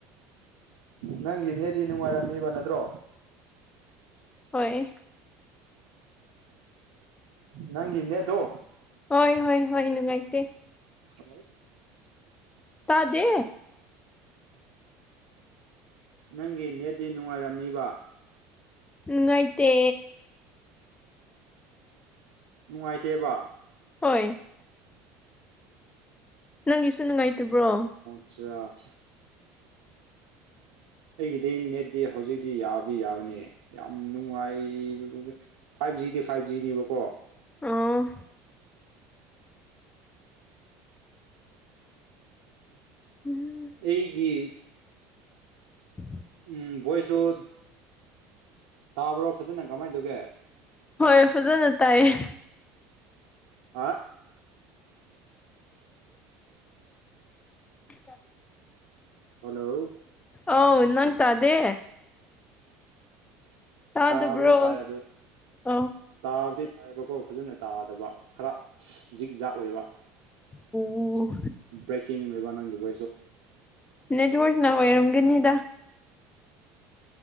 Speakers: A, on the right (about 75°); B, on the left (about 20°).
A: ꯅꯪꯒꯤꯅꯦꯗꯤ ꯅꯨꯡꯉꯥꯏꯔꯝꯅꯦꯕ ꯅꯠꯇ꯭ꯔꯣ
B: ꯍꯣꯏ
A: ꯅꯪ ꯏꯟꯅꯦꯗꯣ
B: ꯍꯣꯏ ꯍꯣꯏ ꯍꯣꯏ ꯅꯨꯡꯉꯥꯏꯇ
A: ꯍꯜꯂꯣ
B: ꯇꯥꯗꯦ
A: ꯅꯪꯒꯤ ꯅꯦꯠꯗꯤ ꯅꯨꯡꯉꯥꯏꯔꯝꯅꯤꯕ
B: ꯎꯝꯉꯥꯏꯇꯦ
A: ꯅꯨꯡꯉꯥꯏꯇꯦꯕ
B: ꯍꯣꯏ ꯅꯪꯒꯤꯁꯨ ꯅꯨꯡꯉꯥꯏꯇꯕ꯭ꯔꯣ
A: ꯆ ꯑꯩꯒꯤꯗꯤ ꯅꯦꯠꯇꯤ ꯍꯧꯖꯤꯛꯇꯤ ꯌꯥꯕꯗꯤ ꯌꯥꯕꯅꯦ ꯌꯥꯝ ꯅꯨꯡꯉꯥꯏꯕ ꯐꯥꯏꯚ ꯖꯤꯗꯤ ꯐꯥꯏꯚ ꯖꯤꯅꯦꯕꯀꯣ
B: ꯑ ꯎꯝ
A: ꯑꯩꯒꯤ
B: ꯎ
A: ꯎꯝ ꯣꯏꯁꯨꯁꯨ ꯇꯥꯕ꯭ꯔꯣ ꯐꯖꯅ ꯀꯃꯥꯏꯅ ꯇꯧꯒꯦ
B: ꯍꯣꯏ ꯐꯖꯅ ꯇꯥꯏꯌꯦ꯫
A: ꯍꯥ
B: ꯆꯦ
A: ꯍꯜꯂꯣ
B: ꯑꯥꯎ ꯅꯪ ꯇꯗꯦ ꯇꯥꯗꯕ꯭ꯔꯣ
A: ꯇꯥꯕꯗꯤ ꯇꯥꯏ ꯑꯗꯨ
B: ꯑ
A: ꯇꯥꯕꯗꯤ ꯇꯥꯏꯌꯦꯕꯀꯣ ꯐꯖꯅ ꯇꯥꯗꯕ ꯈꯔ ꯖꯤꯛ ꯖꯥꯛ ꯑꯣꯏꯕ
B: ꯑꯣ
A: ꯕ꯭ꯔꯦꯛꯀꯤꯡ ꯑꯣꯏꯕ ꯅꯪꯒꯤ ꯚꯣꯏꯁꯇꯣ
B: ꯅꯦꯠꯣꯔꯅ ꯑꯣꯏꯔꯝꯒꯅꯤꯗ